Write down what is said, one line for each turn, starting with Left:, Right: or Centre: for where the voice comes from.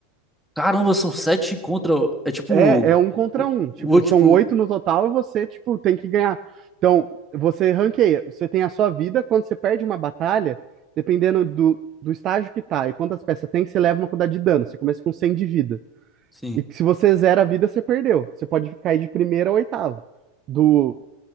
Centre: Caramba, são sete contra. É tipo.
Right: É, é um contra
Centre: O,
Right: um.
Centre: o,
Right: Tipo,
Centre: o, ulti-
Right: são
Centre: o-
Right: oito no total e você, tipo, tem que ganhar. Então, você ranqueia. Você tem a sua vida. Quando você perde uma batalha, dependendo do, do estágio que tá e quantas peças tem, você leva uma quantidade de dano. Você começa com 100 de vida.
Centre: sim.
Right: E se você zera a vida, você perdeu. Você pode cair de primeira a oitava. Do